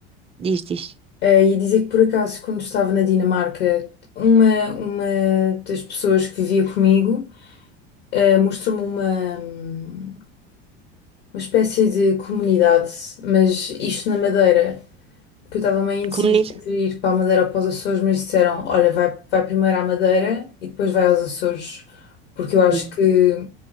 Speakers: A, on the right; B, on the left.
A: diz, diz.
B: eh, ia dizer que por acaso, quando estava na Dinamarca, uma, uma das pessoas que vivia comigo, eh, mostrou-me uma, hum, uma espécie de comunidade, mas isto na Madeira. que eu estava meio indecisa
A: Comunidade?
B: entre ir para a Madeira ou para os Açores, mas disseram, olha, vai, vai primeiro à Madeira e depois vai aos Açores, porque eu acho
A: Uhum.
B: que